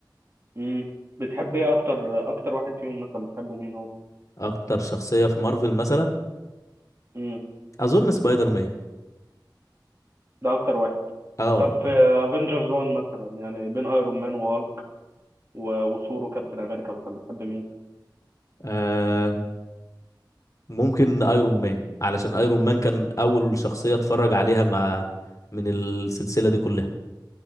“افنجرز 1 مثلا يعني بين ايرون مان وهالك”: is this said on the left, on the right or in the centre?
Right